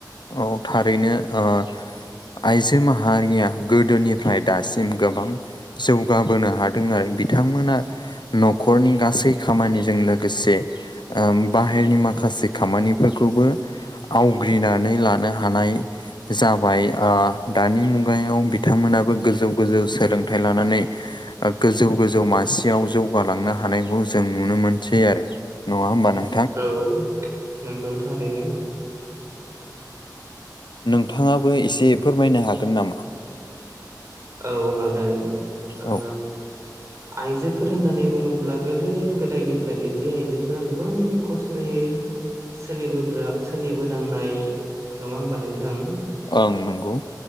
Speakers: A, on the left; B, on the right.
A: औ थारैनो अ आइजो माहारिया गोदोनिफ्राय दासिम गोबां जौगाबोनो हादों आरो बिथांमोना न'खरनि गासै खामानिजों लोगोसे बाहेरनि माखासे खामानिफोरखौबो आवग्रिनानै लानो हानाय जाबाय दानि मुगायाव बिथांमोनाबो गोजौ गोजौ सोलोंथाइ लानानै ओ गोजौ गोजौ मासियाव जौगालांनो हानायखौ जों नुनो मोनसै आरो। नङा होमबा नों
B: औ नोंगौ थारैनो।
A: नोंथाङाबो एसे फोरमायनो हागोन नामा?
B: औ हागोन ओ
A: औ
B: आइजोफोर होननानै बुङोब्ला गोदो गोदायनिफ्रायनो जे आइजोफोरा गोबां खस्थ'यै सोलिबोग्रा सोलिबोनांनाय नङा होमबा नोंथां?
A: ओं नंगौ‌।